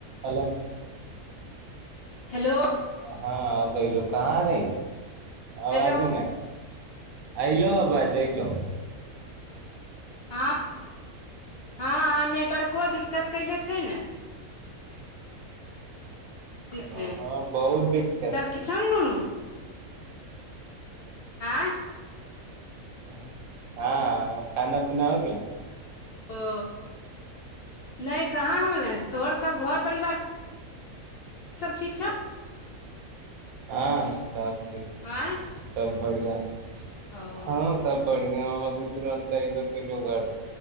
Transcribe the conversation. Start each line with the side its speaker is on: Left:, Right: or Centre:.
Right: hello
Left: <inaudible> hello
Right: हँ अभ hello कहाँ रही आवाजे
Left: हेलो
Right: ने आ अइलो आवाज आइलो
Left: हँ <inaudible> हँ नेटवर्को दिक्कत कैने छै ने छै
Right: हँ बहुत दिक्कत
Left: सब ठीक छौ ने नुनू आँय
Right: <unintelligible> <inaudible> हँ खाना पीना हो गेलेल
Left: ओ <inaudible> नहि कहाँ होलै तोहर सब घर परिवार सब ठीक छौ
Right: हँ सब ठीक
Left: <unintelligible>
Right: सब बढ़ियाँ <inaudible>
Left: ओ
Right: हँ सब बढ़ियाँ हम अभी तुरन्त ऐबे केलौ घर